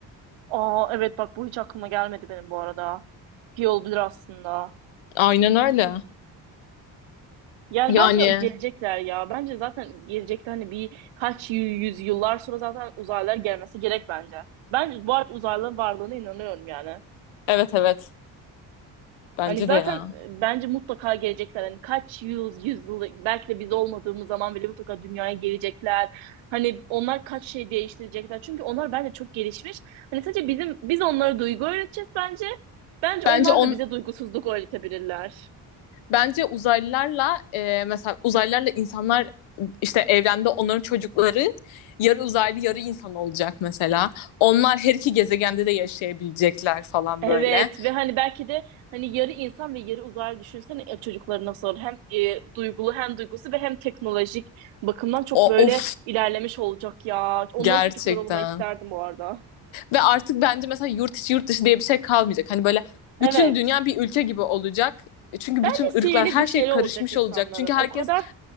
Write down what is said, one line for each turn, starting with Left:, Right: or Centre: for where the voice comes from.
Right: Aa evet bak bu hiç aklıma gelmedi benim bu arada. İyi olabilir aslında.
Left: Aynen öyle.
Right: Yani
Left: Yani
Right: bence de gelecekler ya. Bence zaten gelecekte hani bir kaç yü- yüz yıllar sonra zaten uzaylılar gelmesi gerek bence. Ben bu arada uzaylıların varlığına inanıyorum yani.
Left: evet evet. Bence
Right: Hani zaten
Left: de ya.
Right: e, bence mutlaka gelecekler. Hani kaç yüz, yüz yıl belki de biz olmadığımız zaman bile mutlaka dünyaya gelecekler. Hani onlar kaç şey değiştirecekler. Çünkü onlar bence çok gelişmiş. Hani sadece bizim biz onlara duygu öğreteceğiz bence. Bence
Left: Bence
Right: onlar
Left: on
Right: da bize duygusuzluk öğretebilirler.
Left: bence uzaylılarla e, mesela uzaylılarla insanlar işte evrende onların çocukları yarı uzaylı yarı insan olacak mesela. Onlar her iki gezegende de yaşayabilecekler falan
Right: Evet
Left: böyle.
Right: ve hani belki de hani yarı insan ve yarı uzaylı düşünsene e, çocukları nasıl olur? Hem e, duygulu hem duygusu ve hem teknolojik bakımdan çok
Left: O
Right: böyle
Left: of
Right: ilerlemiş olacak ya. Onların
Left: gerçekten.
Right: çocukları olmayı isterdim bu arada.
Left: Ve artık bence mesela yurt içi yurt dışı diye bir şey kalmayacak. Hani böyle bütün
Right: Evet.
Left: dünya bir ülke gibi olacak. Çünkü
Right: Bence
Left: bütün
Right: sihirli
Left: ırklar her
Right: güçleri
Left: şey karışmış
Right: olacak insanların.
Left: olacak. Çünkü herkes
Right: O kadar